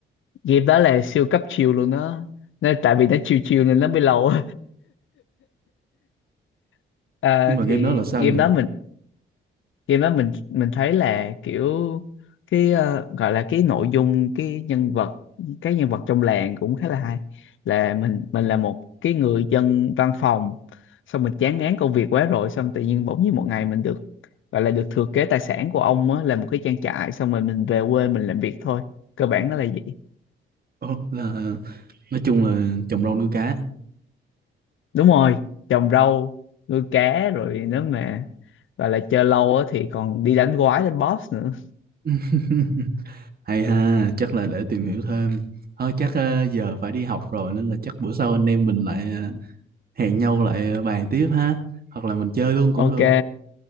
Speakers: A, on the left; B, on the right.
A: game đó là siêu cấp chill luôn đó nên tại vì nó chill chill nên nó mới lâu <laughs> à,
B: nhưng mà game
A: thì
B: đó là sao
A: game
B: nhỉ
A: đó mình khi mà mình mình thấy là kiểu cái ờ, gọi là cái nội dung cái nhân vật cái nhân vật trong làng cũng khá là hay là mình mình là một cái người dân văn phòng xong mình chán ngán công việc quá rồi xong tự nhiên bỗng nhiên một ngày mình được gọi là được thừa kế tài sản của ông á là một cái trang trại xong rồi mình về quê mình làm việc thôi cơ bản nó là vậy
B: ồ, là nói chung là trồng rau nuôi cá
A: đúng rồi trồng rau nuôi cá rồi nếu mà gọi là chơi lâu á thì còn đi đánh quái đánh boss nữa
B: <laughs> hay ha chắc là để tìm hiểu thêm thôi chắc ờ, giờ phải đi học rồi nên là chắc bữa sau anh em mình lại ờ, hẹn nhau lại ờ, bàn tiếp ha hoặc là mình chơi luôn cũng
A: ok
B: được